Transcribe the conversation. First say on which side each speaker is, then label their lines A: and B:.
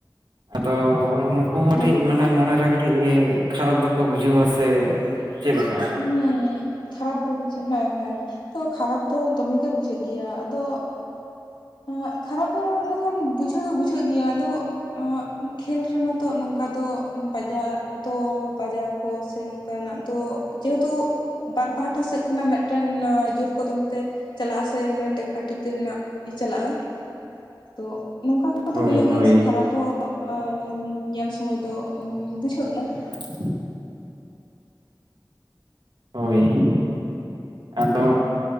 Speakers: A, on the right; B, on the left.
A: ᱟᱫᱚ‌ ᱦᱚᱸᱜ-ᱱᱚ ᱠᱩ ᱦᱚᱸ ᱠᱟᱹᱴᱤᱡ
B: ᱦᱮᱸ
A: ᱢᱟᱱᱮ ᱢᱚᱱᱮ ᱨᱮ ᱠᱟᱹᱴᱤᱡ ᱮ ᱠᱷᱟᱨᱟᱯ ᱫᱚᱠᱚ ᱵᱩᱡᱷᱟᱹᱣᱟ ᱥᱮ ᱪᱮᱫ ᱞᱮᱠᱟ?
B: ᱦᱮᱸ ᱠᱷᱟᱨᱟᱯ ᱫᱚ ᱵᱩᱡᱷᱟᱹᱜ ᱦᱮᱸ ᱦᱮᱸ, ᱛᱚ ᱠᱷᱟᱨᱟᱯ ᱫᱚ ᱫᱚᱢᱮ ᱜᱮ ᱵᱩᱡᱷᱟᱹᱜ ᱜᱮᱭᱟ ᱟᱫᱚ ᱚᱸᱜ ᱠᱷᱟᱨᱟᱯ ᱫᱚ ᱱᱟ ᱠᱷᱟᱱ ᱵᱩᱡᱷᱟᱹᱣ ᱫᱚ ᱵᱩᱡᱷᱟᱹᱜ ᱜᱮᱭᱟ ᱟᱫᱚ ᱟᱹᱜ ᱠᱷᱮᱞ ᱨᱮᱢᱟ ᱛᱚ ᱱᱚᱝᱠᱟ ᱫᱚ ᱵᱟᱡᱟᱣ ᱫᱚ ᱵᱟᱡᱟᱣ ᱠᱚ ᱥᱮ ᱱᱚᱝᱠᱟ ᱱᱟᱜ ᱫᱚ ᱡᱮᱦᱮᱛᱩ ᱵᱟᱨ ᱯᱟᱦᱴᱟ ᱥᱮᱜ ᱠᱷᱚᱱᱟᱜ ᱢᱤᱫᱴᱮᱱ ᱚ ᱡᱳᱨ ᱠᱚᱫᱚᱢ ᱛᱮ ᱪᱟᱞᱟᱜ-ᱟ ᱥᱮ ᱢᱮᱫᱴᱮᱱ ᱴᱮᱠᱠᱟ ᱴᱮᱠᱠᱤ ᱨᱮᱱᱟᱜ ᱠᱤ ᱪᱟᱞᱟᱜ-ᱟ, ᱛᱚ ᱱᱚᱝᱠᱟ ᱠᱚᱫᱚ
A: ᱦᱳᱭ
B: ᱦᱩᱭᱩᱜ
A: ᱦᱳᱭ
B: ᱜᱮᱭᱟ ᱥᱮ ᱠᱷᱟᱨᱟᱯ ᱦᱚᱸ ᱚᱜ, ᱚᱻ ᱧᱮᱞ ᱥᱚᱩᱢᱟᱹᱭ ᱫᱚ ᱩᱸ ᱵᱩᱡᱷᱟᱹᱜ ᱜᱮᱭᱟ ᱾
A: <unintelligible> ᱦᱳᱭ, ᱟᱫᱚ